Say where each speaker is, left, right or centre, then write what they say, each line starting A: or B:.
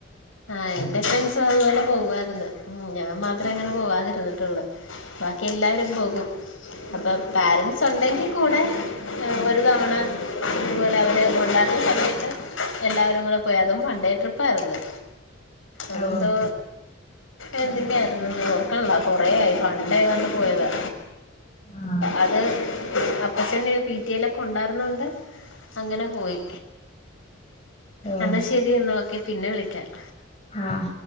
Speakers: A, on the left; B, on the left.
A: ആഹ് എന്റെ ഫ്രണ്ട്സ് അതുപോലെ പോവായിരുന്നു ഉം ഞാൻ മാത്രേ അങ്ങനെ പോവാതിരുന്നിട്ടുള്ളൂ ബാക്കി എല്ലാരും പോകും അപ്പൊ പാരൻറ്സ് ഉണ്ടെങ്കിൽ കൂടെ ഒരു തവണ എല്ലാവരും കൊണ്ടായിരുന്ന സമയത്ത് എല്ലാവരും കൂടെ പോയ അതും വൺഡേ ട്രിപ്പായിരുന്നു അതെന്തോ
B: ഓഹ്
A: എന്ന്തിന്റെ ആരുന്നു ഓർക്കണല്ല കൊറയായി പണ്ട ഏതാണ്ട് പോയതാ
B: ആഹ്
A: അത് അപ്പച്ചൻ പിറ്റലൊക്കെ ഉണ്ടായിരുന്നോണ്ട് അങ്ങനെ പോയി
B: ഓഹ്
A: എന്നാൽ ശരി എന്നൽഓക്കെ പിന്നെ വിളിക്കാം
B: ആഹ്